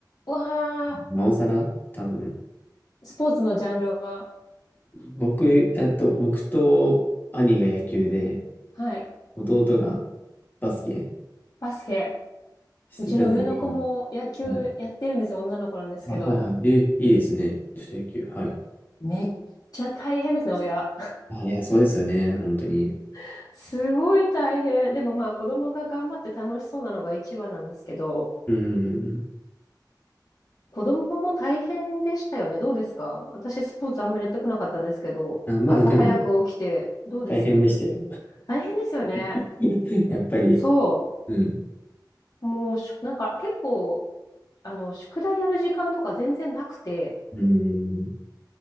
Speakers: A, on the left (about 55°); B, on the left (about 25°).
A: うわあ、
B: なおさら、多分、
A: スポーツのジャンルは、
B: 僕、えっと、僕と兄が野球で、
A: はい。
B: 弟がバスケ
A: バスケ。
B: してた時期が、
A: うちの上の子も野球やってるんですよ。
B: はい。
A: 女の子なんですけど。
B: あ、はいはい。え、いいですね。女子野球。はい。
A: めっちゃ大変ですね、親。
B: あ、いや、そうですよね。本当に。
A: <laughs> すごい大変。でもまあ子供が頑張って楽しそうなのが一番なんですけど。
B: うん。
A: 子供も大変でしたよね。どうですか私、スポーツあんまりやってこなかったんですけど、
B: あ、まあ、
A: 朝早く起きて、
B: でも、
A: どうです
B: 大変でしたよ。
A: 大変ですよね。
B: <laughs> やっぱり、
A: そ
B: うん。
A: う。もうし、なんか結構、あの、宿題やる時間とか全然なくて、
B: うん。